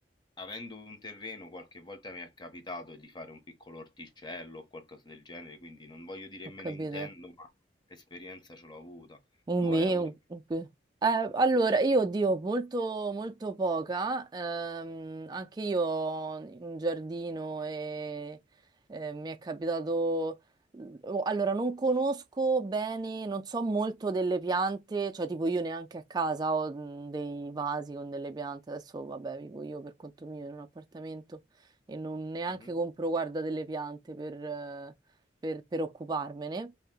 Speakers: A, on the left; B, on the right.
A: avendo un terreno qualche volta mi è capitato di fare un piccolo orticello o qualcosa del genere, quindi non voglio dire
B: Ho
A: me
B: capito.
A: ne intendo, ma l'esperienza ce l'ho avuta.
B: Un
A: Tu
B: mio.
A: hai avuto...
B: un che- Eh, allora, io oddio, molto, molto poca. Ehm, anche io ho un giardino e eh, mi è capitato. mm, oh, Allora, non conosco bene, non so molto delle piante, cioè tipo io neanche a casa ho mm, dei vasi con delle piante. Adesso, vabbè, vivo io per conto mio in un appartamento e non neanche
A: Mhm,
B: compro, guarda, delle piante per, eh, per per occuparmene.